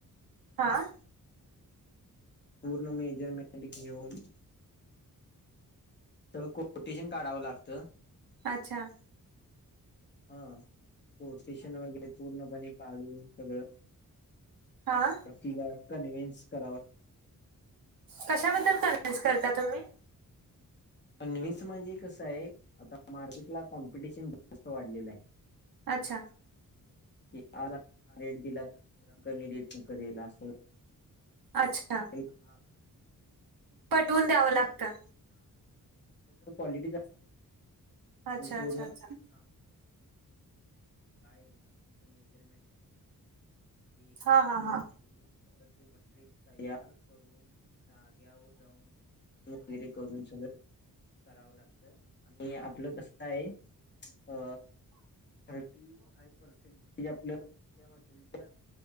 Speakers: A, on the right; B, on the left.
A: हां
B: पूर्ण मेजरमेंट घेऊन तर कोटेशन काढावं लागतं.
A: अच्छा.
B: हा कोटेशन वगैरे पूर्णपणे काढून सगळं
A: हा.
B: तिला कन्व्हेन्स करावा. <inaudible>
A: कशाबद्दल <unintelligible> करता तुम्ही?
B: कन्व्हिन्स म्हणजे कसं आहे? आता मार्केट ला कॉम्पिटिशन जास्त वाढलेलं आहे.
A: अच्छा.
B: हे आज आम्ही हा रेट दिला तर दुसरा कमी रेटने करेल आसं. <unintelligible>
A: अच्छा. पटवून द्यावं लागतं.
B: हा नंतर पॉलिटिक असते
A: अच्छा
B: पूर्णपणे
A: अच्छा अच्छा
B: सांगू. काय आहे ना सगळं मेजरमेंट घेऊन ते
A: हा
B: सगळं.
A: हा
B: घेऊन परत ते मटेरिल तयार करून जाग्यावर जाऊन फिटिंग वगैरे करून झालय? करावं लागतं. आणि आपलं कस काय आहे? अ थर्टी फाईव्ह. पर्सेंट ते आपलं त्या मटेरियलच्या